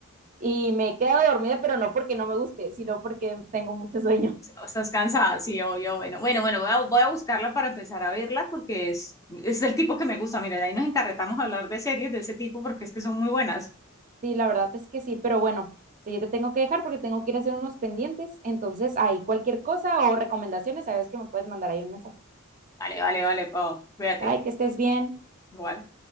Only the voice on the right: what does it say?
y me he quedado dormida, pero no porque no me guste, sino porque tengo mucho sueño.
Sí, la verdad es que sí, pero bueno, este, yo te tengo que dejar porque tengo que ir a hacer unos pendientes, entonces ahí cualquier cosa o recomendaciones, sabes que me puedes mandar ahí un mensajito.
Bye, que estés bien.